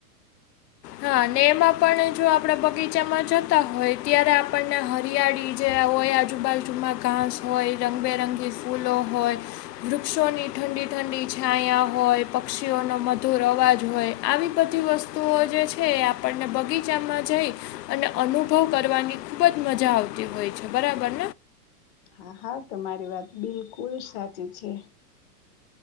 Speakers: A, on the left (about 80°); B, on the left (about 35°).
A: હા ને એમાં પણ જો આપણેે બગીચામાં જતા હોય ત્યારે આપણને વિયાળી જે હોય આજુબાજુમાં ઘાસ હોય રંગબેરંગી ફૂલો હોય વૃક્ષોની ઠંડી ઠંડી છાયા હોય પક્ષીઓનો મધુર અવાજ હોય આવી બધી વસ્તુ તો જે છે છે એ આપણને બગીચામાં જઈ અને અનુભવ કરવાની ખૂબ જ મજા આવતી હોય છે અચ્છા બરાબર
B: હા હા તમારી વાત બિલકુલ સાચી છે